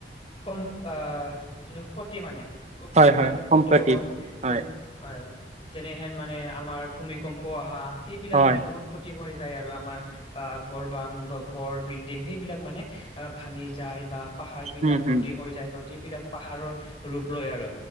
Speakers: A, on the left; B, on the right.
A: সম আহ যিটো ক্ষতি মানে প্ৰকৃতিৰ
B: হয়
A: পৰা
B: হয়
A: আমি
B: সম্প্ৰতি
A: ক্ষতিও হয়
B: হয়
A: যেনে হয়। যেনেহেন মানে আমাৰ ভূমিকম্প অহা সেইবিলাক
B: হয়
A: মানে বহুত ক্ষতি কৰি যায় আৰু আমাৰ আহ ঘৰ বাং বা ঘৰ, বিল্ডিং সেইবিলাক মানে আহ ভাঙি যায় বা পাহৰ বিলাক
B: উম হম
A: নদী হৈ যায়, নদীবিলাক পাহাৰৰ ৰূপ লয় আৰু।